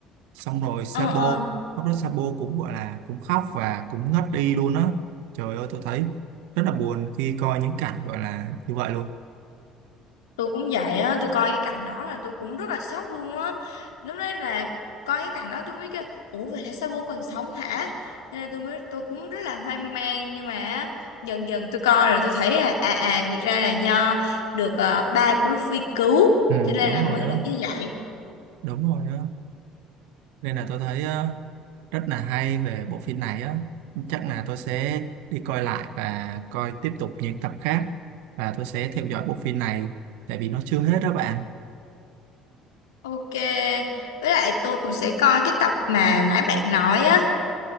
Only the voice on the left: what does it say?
Ờ, ờ,
tôi cũng vậy á, tôi coi cái cảnh đó là tôi cũng rất là sốc luôn á. Lúc đấy là coi cái cảnh đó tôi mới kêu, ủa vậy là sao bố còn sống hả? Cho nên tôi mới, tôi cũng rất là hoang mang nhưng mà á, dần dần tôi coi rồi tôi thấy là à à thì ra là do được ờ, ba của Luffy cứu
cho nên
là mới
được như vậy.
Ok, với lại tôi cũng sẽ coi cái tập mà nãy bạn nói á,